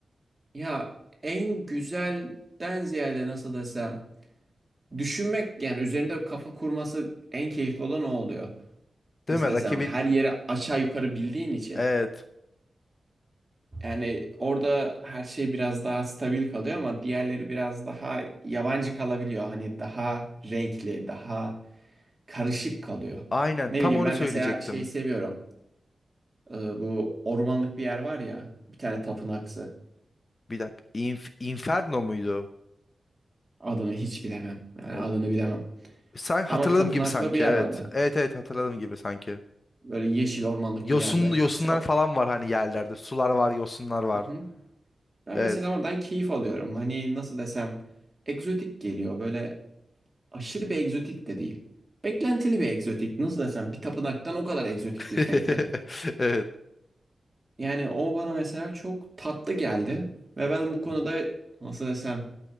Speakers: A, on the right; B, on the left.
A: Ya en güzelden ziyade nasıl desem düşünmek yani üzerinde kafa kurması en keyifli olan o oluyor. Nasıl
B: Değil mi?
A: desem
B: Rakibi
A: her yeri aşağı yukarı bildiğin için.
B: evet.
A: Yani orada her şey biraz daha stabil kalıyor ama diğerleri biraz daha yabancı kalabiliyor. Hani daha renkli, daha karışık kalıyor.
B: Aynen
A: Ne
B: tam
A: bileyim
B: onu
A: ben
B: söyleyecektim.
A: mesela şeyi seviyorum. Ee, bu ormanlık bir yer var ya bir tane tapınaksı.
B: Bir dakika. İnf- Inferno muydu?
A: Adını hiç bilemem. Yani
B: O,
A: adını bilemem.
B: san- hatırladığım
A: Ama tapınaklı
B: gibi sanki
A: bir yer
B: evet.
A: vardı.
B: Evet evet hatırladığım gibi sanki.
A: Böyle yeşil ormanlık
B: Yosun
A: bir yerde.
B: yosunlar
A: Mesela
B: falan var hani yerlerde. Sular var, yosunlar var.
A: Hı hı. ben
B: Evet.
A: mesela oradan keyif alıyorum. Hani nasıl desem egzotik geliyor. Böyle aşırı bir egzotik de değil. Beklentili bir egzotik. Nasıl desem bir tapınaktan o kadar egzotiklik
B: <laughs>
A: beklerim.
B: Evet.
A: Yani o bana mesela çok tatlı geldi. Ve ben bu konuda nasıl desem